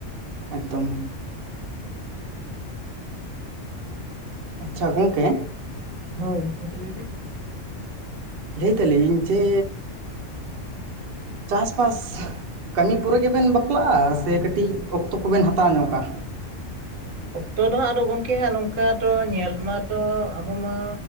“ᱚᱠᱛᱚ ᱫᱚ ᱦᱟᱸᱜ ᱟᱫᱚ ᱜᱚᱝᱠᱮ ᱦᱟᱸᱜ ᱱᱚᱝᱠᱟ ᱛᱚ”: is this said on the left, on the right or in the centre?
Right